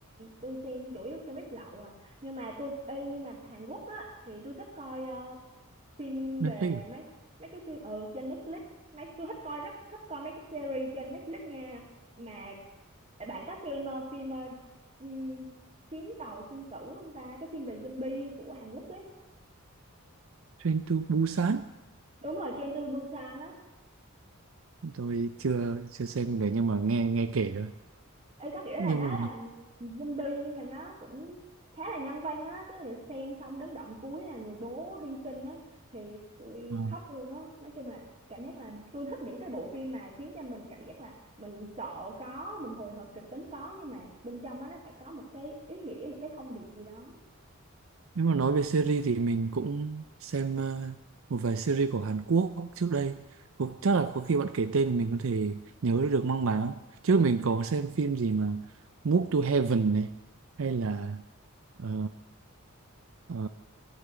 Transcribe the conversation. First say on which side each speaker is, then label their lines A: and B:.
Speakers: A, on the right; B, on the right.
A: tôi xem chủ yếu trong bếp lậu à nhưng mà tôi ê, nhưng mà Hàn Quốc á thì tôi thích coi ờ, phim
B: Netflix
A: về
B: à?
A: mấy mấy cái phim ở trên Netflix mấy tôi thích coi rất thích coi mấy cái series trên Netflix nha mà bạn có xem ờ, phim ờ, ừm, chuyến tàu sinh tử không ta cái phim về zombie của Hàn Quốc ấy
B: Train to Busan
A: đúng rồi Train to Busan á
B: tôi chưa chưa xem được nhưng mà nghe nghe kể thôi
A: ý có nghĩa
B: nhưng
A: là nó
B: mà
A: là zombie nhưng mà nó cũng khá là nhân văn á tức là xem xong đến đoạn cuối là người bố hy sinh á thì tôi
B: ờ,
A: khóc luôn á nói chung là cảm giác là tôi thích những cái bộ phim mà khiến cho mình cảm giác là mình sợ có mình hồi hộp kịch tính có nhưng mà bên trong đó nó phải có một cái ý nghĩa một cái thông điệp gì đó
B: nếu mà nói về series thì mình cũng xem ờ, một vài series của Hàn Quốc trước đây Có- chắc là có khi bạn kể tên thì mình có thể nhớ được mang máng trước mình có xem phim gì mà Move to Heaven này hay là ờ, ờ,